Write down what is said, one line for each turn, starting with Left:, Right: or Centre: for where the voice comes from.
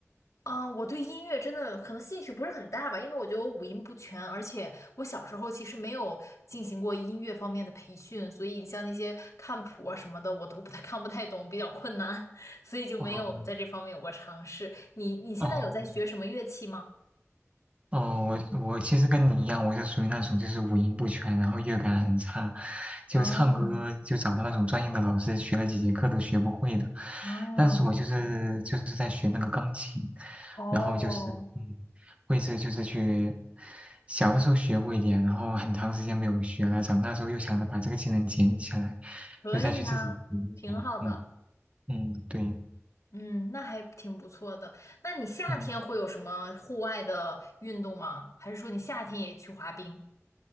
Left: 啊、我对音乐真的可能兴趣不是很大吧，因为我觉得我五音不全，而且我小时候其实没有进行过音乐方面的培训，所以像那些看谱啊什么的，我都不太 <laughs> 看不太懂，比较困难，<laughs> 所以就没有在这方面有过尝试。
Right: 哦
Left: 你你现在有在学什么乐器吗？
Right: 哦。哦，我我其实跟你一样，我是属于那种就是五音不全，然后乐感很差，就唱歌就找到那种专业的老师学了几节课都学不会的。
Left: 啊。哦
Right: 但是我就是就是在学那个钢琴，
Left: 哦，
Right: 然后就是嗯，会是就是去小的时候学过一点，然后很长时间没有学了，长大之后又想着把这个技能捡起来，
Left: 可以呀，
Right: 就再去自己学一下。
Left: 挺好的。
Right: 嗯嗯，对，
Left: 嗯，那还挺不错的。那你夏天会有什么户外的运动吗？
Right: 嗯。
Left: 还是说你夏天也去滑冰？